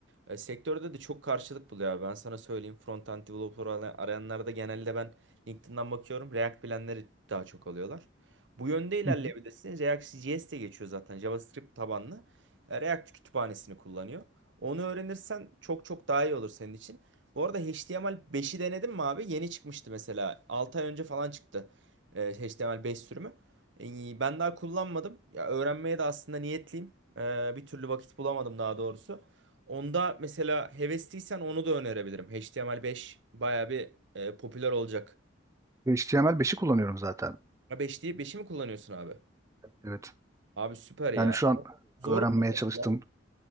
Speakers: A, on the right (about 75°); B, on the right (about 15°).
A: E, sektörde de çok karşılık buluyor abi. Ben sana söyleyeyim. Front-end developer ara- arayanlarda genelde ben LinkedIn'den bakıyorum. React bilenleri daha çok alıyorlar. Bu yönde ilerleyebilirsiniz.
B: Hı hı.
A: React.js de geçiyor zaten. JavaScript tabanlı. E, React kütüphanesini kullanıyor. Onu öğrenirsen çok çok daha iyi olur senin için. Bu arada HTML5'i denedin mi abi? Yeni çıkmıştı mesela. altı ay önce falan çıktı. E, HTML5 sürümü. E, Ben daha kullanmadım. Ya öğrenmeye de aslında niyetliyim. E, bir türlü vakit bulamadım daha doğrusu. Onda mesela hevesliysen onu da önerebilirim. HTML5 bayağı bir e, popüler olacak.
B: HTML5'i kullanıyorum zaten.
A: Ha 5 değil, 5'i mi kullanıyorsun abi?
B: Evet.
A: Abi süper ya.
B: Yani şu an
A: Zor
B: öğrenmeye
A: mu mesela
B: çalıştığım